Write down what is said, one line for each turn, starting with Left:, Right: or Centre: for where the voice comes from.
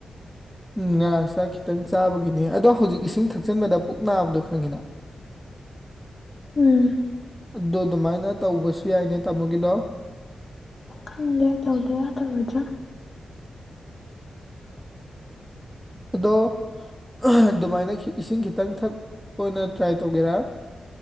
Centre: ꯎꯝ ꯉꯔꯥꯡ ꯆꯥꯛ ꯈꯤꯇꯪ ꯆꯥꯕꯒꯤꯅꯤ ꯑꯗꯣ ꯍꯧꯖꯤꯛ ꯏꯁꯤꯡ ꯊꯛꯆꯟꯕꯗ ꯄꯨꯛ ꯅꯥꯕꯗ ꯈꯪꯉꯤꯅ <inaudible>
Left: ꯎꯝ
Centre: ꯑꯗꯨ ꯑꯗꯨꯃꯥꯏꯅ ꯇꯧꯕꯁꯨ ꯌꯥꯏꯅꯦ ꯇꯥꯃꯣꯒꯤꯗꯣ
Left: ꯈꯪꯗꯦ ꯇꯧꯗꯣꯏꯔꯥ ꯇꯧꯔꯣꯏꯗ꯭ꯔꯥ
Centre: ꯑꯗꯣ ꯑꯗꯨꯃꯥꯏꯅꯈꯤ ꯏꯁꯤꯡ ꯈꯤ ꯈꯤꯇꯪ ꯊꯛꯄ ꯑꯣꯏꯅ ꯇ꯭ꯔꯥꯏ ꯇꯧꯒꯦꯔꯥ